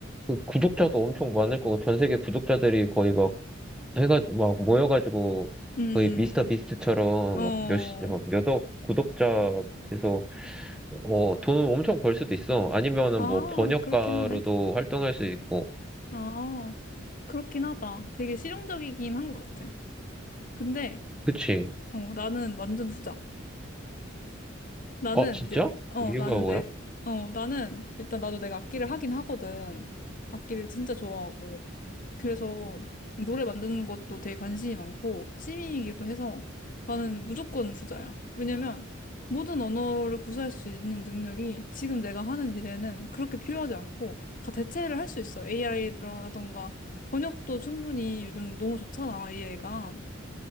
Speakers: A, in the centre; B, on the left.
A: 그 구독자도 엄청 많을 거고 전 세계 구독자들이 거의 막 해가 막 모여가지고
B: 음,
A: 거의 미스터 비스트처럼
B: 어,
A: 막 몇십, 막 몇억 구독자 돼서 어, 돈 엄청 벌 수도 있어. 아니면은
B: 아,
A: 뭐 번역가로도
B: 그렇긴 하네.
A: 활동할 수 있고.
B: 아, 그렇긴 하다. 되게 실용적이긴 한 것 같아. 근데,
A: 그치?
B: 어, 나는 완전 후자. 나는
A: 어, 진짜?
B: 이제, 어,
A: 이유가
B: 나는
A: 뭐야?
B: 내, 어, 나는 일단 나도 내가 악기를 하긴 하거든. 악기를 진짜 좋아하고. 그래서 노래 만드는 것도 되게 관심이 많고 취미이기도 해서 나는 무조건 후자야. 왜냐면 모든 언어를 구사할 수 있는 능력이 지금 내가 하는 일에는 그렇게 필요하지 않고 다 대체를 할 수 있어. AI라던가 번역도 충분히 요즘 너무 좋잖아, AI가.